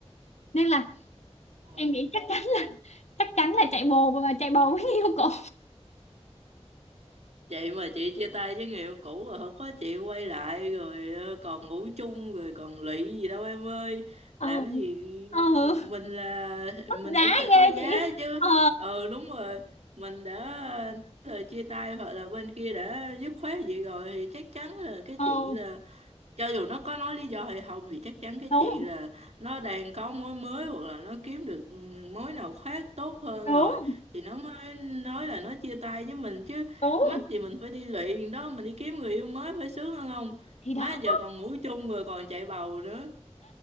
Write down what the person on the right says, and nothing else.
ờ
chị mà chị chia tay với người yêu cũ rồi không có chị quay lại rồi ờ, còn ngủ chung rồi còn lụy gì đâu em ơi
làm gì
mình là
mình
cũng phải
có giá
chứ
ừ đúng rồi mình đã ờ, nói lời chia tay hoặc là bên kia đã dứt khoát vậy rồi thì chắc chắn là cái
chuyện là cho dù nó có nói lý do hay không thì chắc chắn cái
chuyện là nó đang có mối mới hoặc là nó kiếm được ừ, mối nào khác tốt hơn
rồi thì nó mới nói là nó chia tay với mình chứ
mắc gì mình phải đi luyện đó mình đi kiếm người yêu mới phải sướng hơn không
má giờ còn ngủ chung rồi còn chạy bầu nữa